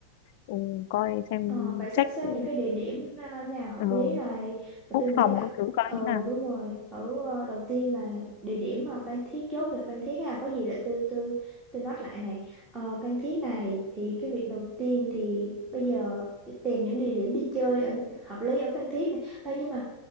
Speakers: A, on the left; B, on the right.
A: ừ, coi xem
B: Ờ, phải sắp
A: check
B: xếp
A: ừ,
B: những cái địa điểm na- nào hợp
A: ờ,
B: lý này. Và
A: book
B: tôi nghĩ
A: phòng
B: là
A: các thứ coi
B: ờ
A: như nào
B: đúng rồi, ở ờ, đầu tiên là địa điểm mà Phan Thiết chốt được Phan Thiết ha, có gì để tôi tôi tôi note lại này. Ờ, Phan Thiết này thì cái việc đầu tiên thì bây giờ phải tìm những địa điểm đi chơi ở hợp lý ở Phan Thiết này. Ê, nhưng mà